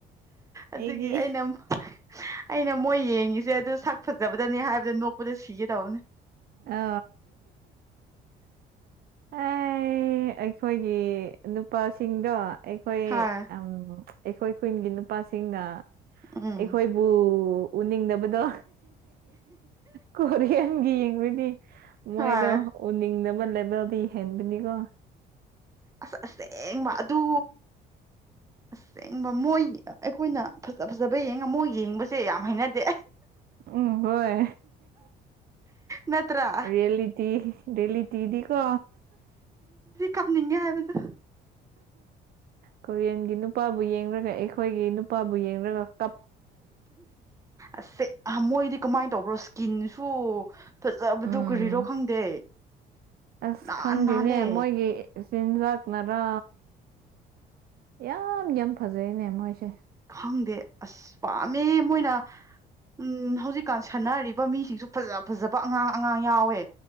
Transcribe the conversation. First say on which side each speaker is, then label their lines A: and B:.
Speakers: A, on the right (about 20°); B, on the right (about 65°).
A: ꯑꯗꯨꯒꯤ
B: ꯑꯩꯗꯤ
A: ꯑꯩꯅ ꯑꯩꯅ ꯃꯣꯏ ꯌꯦꯡꯉꯤꯁꯦ ꯑꯗꯨ ꯁꯛ ꯐꯖꯕꯗꯅꯤ ꯍꯥꯏꯕꯗ ꯅꯣꯛꯄꯗ ꯁꯤꯒꯦ ꯇꯧꯕꯅꯦ
B: ꯑ ꯑꯦ ꯑꯩꯈꯣꯏꯒꯤ ꯅꯨꯄꯥꯁꯤꯡꯗꯣ ꯑꯩꯈꯣꯏ
A: ꯍꯣꯏ
B: ꯑ ꯑꯩꯈꯣꯏ ꯈꯨꯟꯒꯤ ꯅꯨꯄꯥꯁꯤꯡꯅ
A: ꯎꯝ
B: ꯑꯩꯈꯣꯏꯕꯨ ꯎꯅꯤꯡꯗꯕꯗꯣ ꯀꯣꯔꯤꯌꯥꯟꯒꯤ ꯌꯦꯡꯕꯗꯤ ꯃꯣꯏꯗꯣ
A: ꯍꯣꯏ
B: ꯎꯅꯤꯡꯅꯕ ꯂꯩꯕꯦꯜꯗꯤ ꯍꯕꯤꯅꯤꯒ
A: ꯑꯁ ꯑꯁꯦꯡ ꯃꯥ ꯑꯗꯨ ꯑꯁꯦꯡ ꯃꯣꯏ ꯑꯩꯈꯣꯏꯅ ꯐꯖꯕ ꯌꯦꯡꯉ ꯃꯣꯏ ꯌꯦꯡꯕꯁꯦ ꯌꯥꯝ ꯍꯥꯏꯩꯅꯗꯦ
B: ꯎꯝ ꯍꯣꯏ
A: ꯅꯠꯇ꯭ꯔꯥ
B: ꯌꯦꯇꯤ ꯌꯦꯂꯤꯇꯤꯗꯤꯀꯣ
A: ꯀꯅꯤꯒ ꯍꯥꯏꯕꯗ
B: ꯀꯣꯔꯤꯌꯟꯒꯤ ꯅꯨꯄꯥꯕꯨ ꯌꯦꯡꯨꯔꯒ ꯑꯩꯈꯣꯏꯒꯤ ꯃꯄꯥꯕꯨ ꯌꯦꯡ꯭ꯔꯒ ꯀꯞ
A: ꯑꯁꯦ ꯃꯣꯏꯗꯤ ꯀꯃꯥꯏꯅ ꯇꯧꯕ꯭ꯔꯣ ꯏꯁꯀꯤꯟꯁꯨ ꯐꯖꯕꯗꯨ
B: ꯎꯝ
A: ꯀꯨꯔꯤꯔꯣ ꯈꯪꯗꯦ
B: ꯑꯁ
A: ꯅꯥꯍꯟ
B: ꯈꯪꯗꯦꯅꯦ
A: ꯅꯥꯜꯂꯦ
B: ꯃꯣꯏꯒꯤ ꯆꯤꯟꯖꯥꯛꯅꯔꯥ ꯌꯥꯝ ꯌꯥꯝ ꯐꯖꯩꯅꯦ ꯃꯣꯏꯁꯦ
A: ꯈꯪꯗꯦ ꯑꯁ ꯄꯥꯝꯃꯦ ꯃꯣꯏꯅ ꯎꯝ ꯍꯧꯖꯤꯛꯀꯥꯟ ꯁꯥꯟꯅꯔꯤꯕ ꯃꯤꯁꯤꯡꯁꯨ ꯐꯖ ꯐꯖꯕ ꯑꯉꯥꯡ ꯑꯉꯥꯡ ꯌꯥꯎꯋꯦ